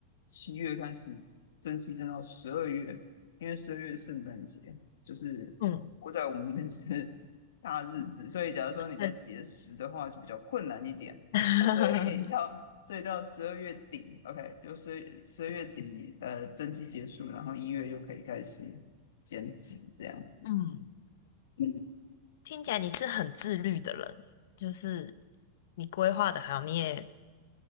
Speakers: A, on the left; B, on the left.
A: 七月开始增肌增到十二月，因为十二月是圣诞节，就是我在我们这边是大日子，
B: 嗯，
A: 所以假如说你在节食的话，
B: 那
A: 就比较困难一点。
B: <laughs>
A: 所以到所以到十二月底，OK，就十十二月底，呃，增肌结束，然后一月又可以开始减脂这样。
B: 嗯，
A: 嗯，
B: 听起来你是很自律的人，就是你规划的好，你也